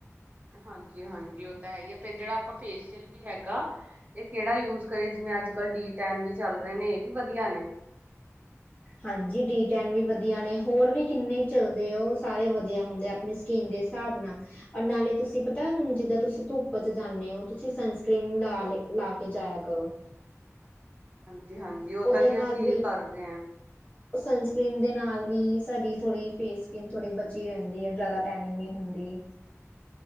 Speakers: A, on the right; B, on the left.
A: ਹਾਂਜੀ, ਹਾਂਜੀ ਉਹ ਤਾਂ ਹੈ ਹੀ ਹੈ ਫੇਰ ਜਿਹੜਾ ਆਪਾਂ ਫੇਸ਼ੀਅਲ ਵੀ ਹੈਗਾ ਇਹ ਕਿਹੜਾ ਯੂਜ ਕਰੇਏ ਜਿਵੇਂ ਅੱਜ ਕੱਲ੍ਹ ਡੀ ਟੈਨ ਵੀ ਚੱਲ ਰਹੇ ਨੇ ਇਹ ਵੀ ਵਧੀਆ ਨੇ।
B: ਹਾਂਜੀ, ਡੀ ਟੈਨ ਵੀ ਵਧੀਆ ਨੇ। ਹੋਰ ਵੀ ਕਿੰਨੇ ਚੱਲਦੇ ਉਹ ਸਾਰੇ ਵਧੀਆ ਹੁੰਦੇ। ਆਪਣੀ ਸਕੀਨ ਦੇ ਹਿਸਾਬ ਨਾਲ ਔਰ ਨਾਲੇ ਤੁਸੀਂ ਪਤਾ ਹੁਣ ਜਿੱਦਾਂ ਤੁਸੀਂ ਧੁੱਪ ਚ ਜਾਂਦੇ ਔ ਤੁਸੀਂ ਸਨਸਕ੍ਰਰੀਨ ਲਾ ਲਾ ਕੇ ਜਾਇਆ ਕਰੋ।
A: ਜੀ ਹਾਂਜੀ। ਉਹ
B: ਉਹਦੇ
A: ਤਾਂ ਜੀ
B: ਨਾਲ
A: ਅਸੀਂ
B: ਵੀ
A: ਕਰਦੇ ਹਾਂ।
B: ਸਨਸਕ੍ਰੀਮ ਦੇ ਨਾਲ ਵੀ ਸਾਡੀ ਥੋੜ੍ਹੀ ਫੇਸ ਸਕੀਨ ਥੋੜ੍ਹੀ ਬਚੀ ਰਹਿੰਦੀ ਹੈ ਜ਼ਿਆਦਾ ਟੈਨਿੰਗ ਨਹੀਂ ਹੁੰਦੀ।